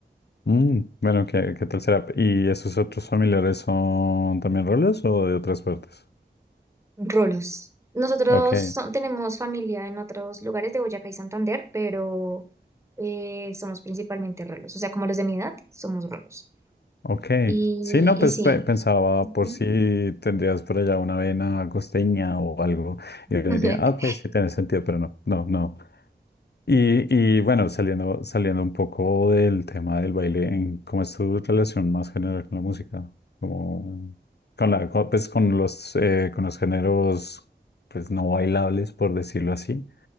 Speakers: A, on the left; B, on the right.
A: Mm, bueno, ¿qué, qué tal será? ¿Y esos otros familiares son también rolos o de otras partes?
B: Rolos. Nosotros
A: Ok,
B: son- tenemos familia en otros lugares de Boyacá y Santander, pero eh, somos principalmente rolos, o sea, como los de mi edad, somos rolos.
A: ok.
B: Y,
A: Sí, no,
B: y
A: pues
B: sí.
A: pe- pensaba
B: Ujú.
A: por si tendrías por allá una vena costeña o algo. Y yo diría,
B: <laughs>
A: ah, ok, sí tiene sentido, pero no, no, no. Y, y bueno, saliendo, saliendo un poco del tema del baile, en- ¿cómo es tu relación más general con la música? Como con la, con, pues con los, eh, con los géneros, pues no bailables, por decirlo así,